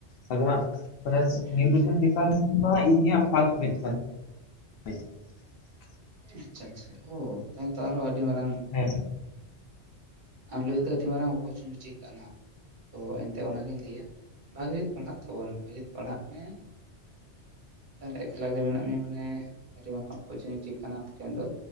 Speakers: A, on the left; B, on the right.
A: ᱟᱫᱚ ᱚᱱᱟ
B: ᱦᱩᱸ
A: ᱱᱤᱭᱩᱴᱨᱮᱥᱚᱱ ᱤᱱᱰᱤᱭᱟ ᱯᱷᱟᱥᱴᱮᱪ <unintelligible> ᱦ <unintelligible>
B: ᱟᱪᱪᱷᱟ ᱟᱪᱪᱷᱟ ᱚ ᱛᱟᱦᱞᱮ ᱛᱚ ᱟᱨᱦᱚᱸ ᱟᱹᱰᱤ ᱢᱟᱨᱟᱝ
A: ᱦᱮᱸ
B: ᱟᱢ ᱞᱟᱹᱜᱤᱫ ᱫᱚ ᱟᱹᱰᱤ ᱢᱟᱨᱟᱝ ᱚᱯᱚᱨᱪᱩᱱᱤᱴᱤ ᱠᱟᱱᱟ ᱛᱚ ᱮᱱᱛᱮᱫ ᱚᱱᱟᱜᱤᱧ ᱞᱟᱹᱭᱟ ᱵᱷᱟᱜᱤ ᱡᱩᱛ ᱯᱟᱲᱦᱟᱜ ᱛᱟᱵᱚᱱ ᱢᱮ ᱵᱷᱟᱜᱤ ᱡᱩᱛ ᱯᱟᱲᱦᱟᱜ ᱢᱮ ᱦᱮᱸ ᱛᱟᱦᱞᱮ ᱮᱠᱞᱟ ᱜᱮ ᱢᱮᱱᱟᱜ ᱢᱮᱭᱟ ᱢᱟᱱᱮ ᱟᱡᱚᱢ ᱟᱱᱜ <unintelligible> ᱪᱤᱫ ᱠᱟᱱᱟ ᱟᱯᱮ ᱴᱷᱮᱱ ᱫᱚ